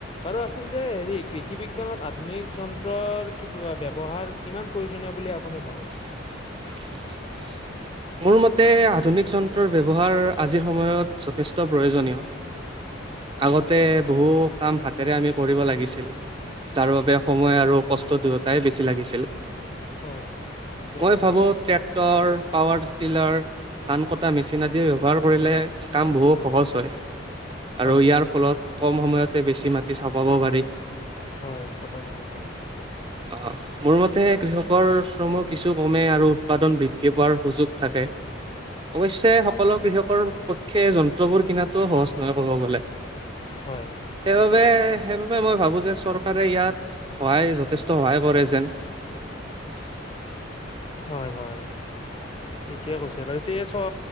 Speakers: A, on the left (about 30°); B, on the right (about 25°).
A: বাৰু আছিল যে হেৰি কৃষি বিজ্ঞানত আধুনিক যন্ত্ৰৰ কিব বা ব্যৱহাৰ কিমান প্ৰয়োজনীয় বুলি আপুনি ভাবে?
B: <unintelligible> মোৰ মতে আধুনিক যন্ত্ৰৰ ব্যৱহাৰ আজিৰ সময়ত যথেষ্ট প্ৰয়োজনীয়। আগতে বহু কাম হাতেৰে আমি কৰিব লাগিছিল। যাৰ বাবে সময় আৰু কষ্ট দুয়োটাই বেছি লাগিছিল।
A: হয় ঠিকে
B: মই
A: কৈছে
B: ভাবো
A: বাৰু
B: ট্ৰেক্টৰ স্তিলাৰ, ধান কটা মেচিন আদি ব্যৱহাৰ কৰিলে কাম বহু সহজ হয়। আৰু
A: হয়
B: ইয়াৰ ফলত কম সময়তে বেছি মাটি চাপাব পাৰি।
A: হয় চপাব পাৰি হয়
B: অহ মোৰ মতে কৃষকৰ শ্ৰমো কিছু কমে আৰু উৎপাদন বৃদ্ধি হোৱাৰ সুযোগ থাকে। অৱশ্যে সকলো কৃষক কৃষৰ পক্ষে যন্ত্ৰবোৰ কিনাতোও সহজ নহয় কব গ'লে। সেইবাবে
A: হয় ঠিকে
B: সেইবাবে সেই বিষয়ে মই ভাবো যে, চৰকাৰে ইয়াত সহায় যথেষ্ট সহায় কৰে যেন। <unintelligible>
A: হয় হয়। ঠিকে কৈছে বাৰু। এতেয়া চ